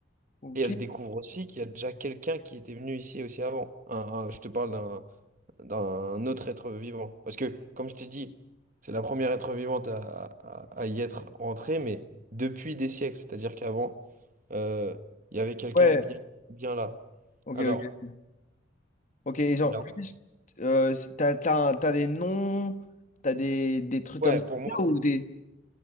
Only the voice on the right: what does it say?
Et elle découvre aussi qu'il y a déjà quelqu'un qui était venu ici aussi avant. Un- un- je te parle d'un autre être vivant. Parce que, comme je t'ai dit, c'est la première être vivante à, à- à y être rentrée, mais depuis des siècles. C'est-à-dire qu'avant, euh, il y avait quelqu'un
bien, bien là.
Alors,
là,
ouais,
pour moi,